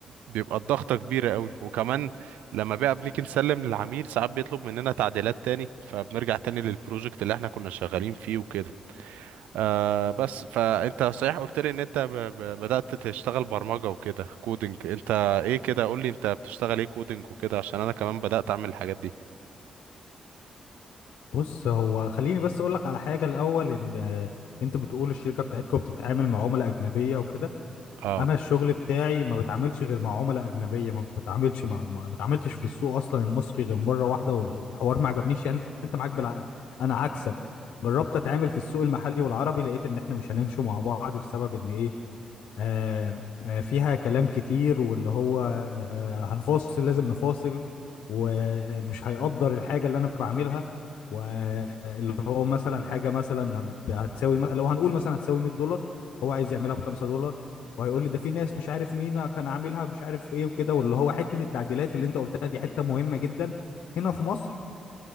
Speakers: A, on the right; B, on the left.
A: بيبقى الضغطة كبيرة قوي وكمان لما بقى بنيجي نسلم للعميل ساعات بيطلب مننا تعديلات تاني فبنرجع تاني للبروجكت اللي احنا كنا شغالين فيه وكده آه بس فانت صحيح قلت لي ان انت ب ب بدأت تشتغل برمجة وكده كودينج انت ايه كده قول لي انت بتشتغل ايه كودينج وكده عشان انا كمان بدأت اعمل الحاجات دي
B: بص هو خليني بس اقول لك على حاجه الاول ان آه، انت بتقول الشركه بتاعتكم بتتعامل مع عملاء اجنبيه وكده
A: اه
B: انا الشغل بتاعي ما بتعاملش غير مع عملاء اجنبيه ما بتعاملش مع ما بتعاملتش في السوق اصلا المصري غير مره واحده والحوار ما عجبنيش يعني انت معاك بالع... انا عكسك جربت اتعامل في السوق المحلي والعربي لقيت ان احنا مش هنمشي مع بعض بسبب ان ايه آه آه فيها كلام كتير واللي هو آه هنفاصل لازم نفاصل ومش هيقدر الحاجة اللي أنا بعملها واللي هو مثلا حاجة مثلا هتساوي لو هنقول مثلا هتساوي 100 دولار هو عايز يعملها ب 5 دولار وهيقول لي ده في ناس مش عارف مين كان عاملها مش عارف ايه وكده واللي هو حته التعديلات اللي انت قلتها دي حته مهمه جدا هنا في مصر